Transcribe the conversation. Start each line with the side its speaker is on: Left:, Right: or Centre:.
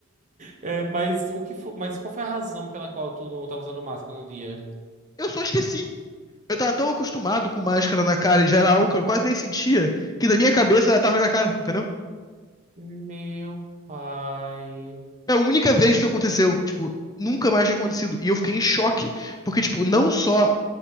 Right: É, mas o que fo- Mas qual foi a razão pela qual tu não tava usando máscara no dia?
Left: Eu só esqueci. Eu tava tão acostumado com máscara na cara, e já era álcool, eu quase nem sentia, que da minha cabeça ela tava na minha cara, entendeu?
Right: Meu pai.
Left: É a única vez que isso aconteceu, tipo, nunca mais tinha acontecido. E eu fiquei em choque, porque, tipo, não só